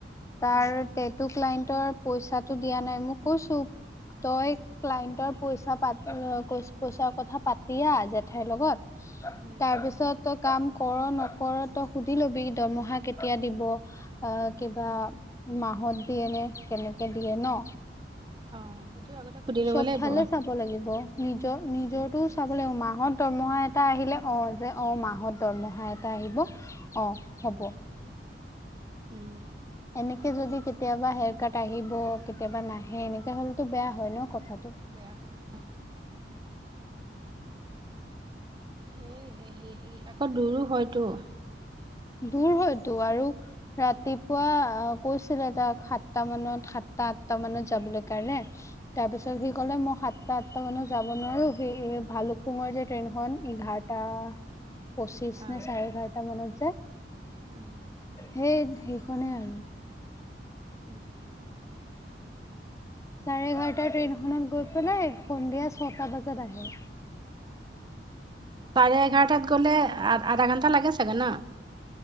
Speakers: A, on the left (about 15°); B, on the right (about 25°).
A: তাৰ
B: উম
A: তেটটো, ক্লাইণ্টৰ পইচাটো দিয়া নাই মোক কৈছো। তই, ক্লায়েণ্টৰ পইচা, পা, পইচাৰ কথা পাতিয়া জেঠাইৰ লগত।
B: উম।
A: তাৰ পিছত তই কাম কৰ নকৰ তই সুধি লবি দৰমহা কেতিয়া দিব অ'। মাহত দিয়ে নে কেনেকৈ দিয়ে ন।
B: অ সেইটো আগতে সুধি ল'ব
A: চবফালে
B: লাগিব।
A: চাব লাগিব নিজৰ নিজটো
B: উম
A: চাব লাগিব মাহত দৰমহা এটা আহিলে অ', যে অ', মাহত দৰমহা এটা আহিব অ', হব।
B: উম উম।
A: এনেকে যদি কেতিয়াবা হেয়াৰ কাট আহিব কেতিয়াবা নাহে এনেকে হলেতো বেয়া হয় ন কথাটো।
B: বেয়া হয় অ'। এই আকৌ দূৰো হয়তো।
A: দূৰ হয়তো আৰু ৰাতিপুৱা অ', কৈছিলে তাক সাতটা মানত সাতটা আঠটা মানত যাবলৈ কাৰণে।
B: <inaudible>
A: তাৰপিছত সি ক'লে মই সাত টা মানত যাব নোৱাৰ সেই ভালুকপুঙৰ যে ট্ৰেইনখন এঘাৰটা পঁচিশ
B: অ
A: নে চাৰে এঘাৰটা মানত যে
B: উম।
A: সেই সেইখনেই আৰু।
B: উম।
A: চাৰে এঘাৰটা ট্ৰেইনখনত গৈ পেলাই সন্ধিয়া ছটা বজাত আহে।
B: চাৰে এঘাৰটাত গ'লে আ আধা ঘণ্টা লাগে চাগে ন?